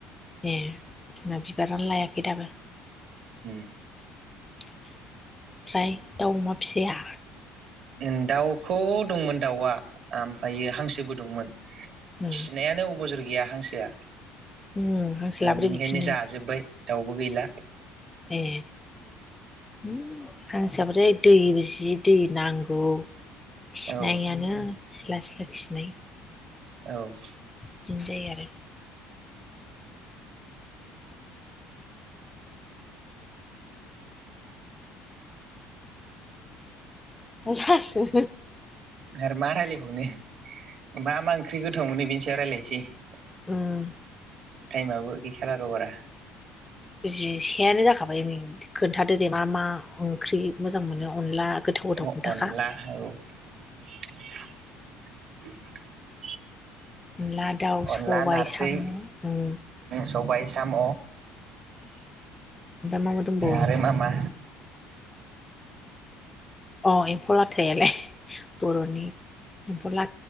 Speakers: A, on the left; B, on the right.
A: ए जोंना बिबारानो लायाखै दाबो।
B: होम
A: ओमफ्राय दाउ अमा फिया?
B: ओम दाउखौ दंमोन दाउआ ओमफायो हांसोबो दंमोन।
A: उम
B: खिनायानो अबजर गैया हांसोआ
A: उम हांसो
B: दा
A: लाब्रो
B: बेनिखायनो
A: बिदिनो
B: जाजोब्बाय। दाउबो गैला।
A: ए उम हांसो थाबाथाय दैबो जि दै नांगौ। खिनायानो
B: औ
A: सिला सिला खिनाय
B: औ।
A: बिदिनो जायो आरो। मा जाखो
B: आरो मा रायलायबावनो। मा मा ओंख्रि गोथाव मोनो बेनि सायाव रायलायनोसै? दे।
A: ओम
B: टाइमाबो गैखाला र' बारा।
A: जिसेयानो जाखाबाय नै। खोन्थादोदे मा- मा ओंख्रि। मोजां मोनो। अनला गोथाव गोथाव
B: अ
A: खोन्थाखा
B: अनला औ। <unintelligible>
A: अनला दाउ
B: अनला
A: सबाय
B: नारजि
A: साम' उम।
B: सबाय साम।
A: मा मा दंबावो
B: आरो मा-मा।
A: अ एम्फौलाथायालाय बर'नि एम्फौला।